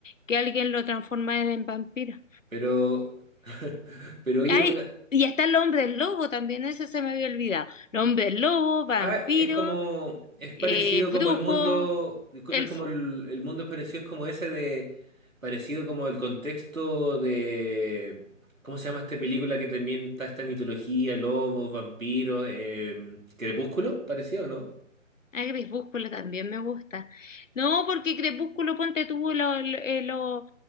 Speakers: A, on the left; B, on the right.
A: que alguien lo transformara en vampiro.
B: Pero, <laughs> pero oye,
A: Ay,
B: una-
A: y está el hombre lobo también, eso se me había olvidado. El hombre lobo, vampiro,
B: Ah, es como, es
A: eh,
B: parecido como
A: brujo,
B: el mundo, disculpe,
A: elfo.
B: es como el, el mundo es parecido, es como ese de, parecido como el contexto de, ¿cómo se llama esta película que también está esta mitología, lobos, vampiros, eh, Crepúsculo? Parecido, ¿no?
A: Ah, Crepúsculo también me gusta. No, porque Crepúsculo, ponte tú, lo, lo- eh, lo-